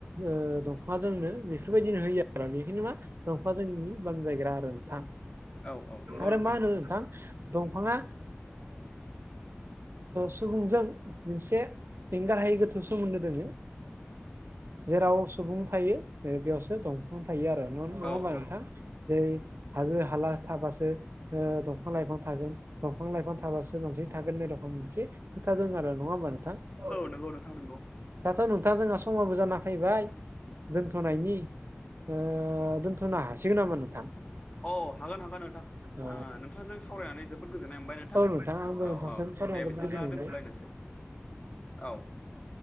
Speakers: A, on the right; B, on the left.
A: ओ दंफाङा जोंनो बेफोर बायदिनो होयो आ रो बेनिखायनो मा दंफाङा जोंनि बानजायग्रा आरो नोंथां
B: औ औ नंगौ
A: आरो मा होनो नोंथां दंफाङा सुबुंजों मोनसे एंगारहायै गोथौ सोमोन्दो दोंङो जेराव सुबुं थायो बेयावसो दंफां थायो आरो न नङा
B: औ
A: होमबा
B: औ
A: नोंथां जेरै हाजो हाला थाबासो दंफां लाइफां थागोन दंफां लाइफां थाबासो मानसि थागोन ए रखम मोनसे खोथा दं आरो नङा होमबा नोंथां ओ
B: औ नंगौ नोंथां नंगौ
A: दाथ' नोंथां जोंहा समाबो जाना फैबाय दोनथ'नायनि ओ दोनथ'नो हासिगोन नामा नोंथां
B: अ हागोन हागोन नोंथां
A: ओ
B: आङो नोंथांजों सावरायनानै जोबोद गोजोननाय मोनबाय नोंथां
A: औ आंबो
B: औ
A: नोंथांजों
B: औ
A: सावरायना
B: दे
A: जोबोद
B: बिदिब्ला
A: गोजोननाय मोनबाय
B: दोनथ'लायनोसै औ औ